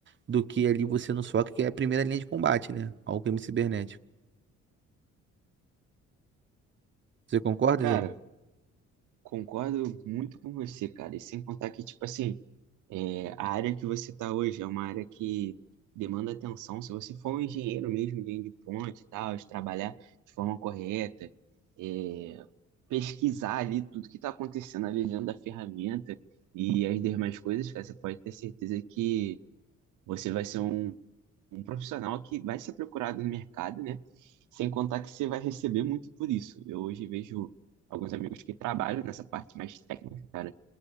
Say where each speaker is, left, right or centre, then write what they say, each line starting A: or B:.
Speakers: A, on the right; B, on the right.
A: do que ali você no SOC, que é a primeira linha de combate, né? Ao crime cibernético. Você concorda,
B: Cara,
A: Zé?
B: Concordo muito com você, cara. E sem contar que, tipo assim, é, a área que você está hoje é uma área que demanda atenção. Se você for um engenheiro mesmo, engenheiro de ponte e tal, de trabalhar de forma correta, é, pesquisar ali tudo que está acontecendo ali dentro da ferramenta e as demais coisas, cara, você pode ter certeza que você vai ser um um profissional que vai ser procurado no mercado, né? Sem contar que você vai receber muito por isso. Eu hoje vejo alguns amigos que trabalham nessa parte mais técnica, cara.